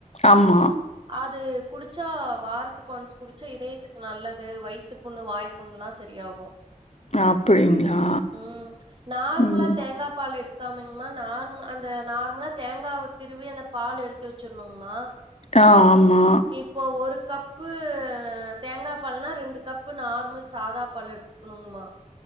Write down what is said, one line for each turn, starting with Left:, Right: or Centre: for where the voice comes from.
Left: ஆமா
Right: அது குடிச்சா வாரத்துக் ஒன்ஸ் குடிச்சா இதயத்துக்கு நல்லது வைத்து புண்ணு வாய் புண்லா செரியாகு
Left: அப்டிங்களா
Right: ம் நார்மலா
Left: ம்
Right: தேங்கா பால் எடுத் கம்மிங்மா நார் அந்த நார்மலா தேங்காவ திருவி அந்த பால் எடுத்து வெச்சிர்ணுங்மா
Left: ஆ ஆமா
Right: இப்போ ஒரு கப்பு தேங்கா பால்னா ரெண்டு கப்பு நார்மல் சாதா பால் எடுத் கனுங்மா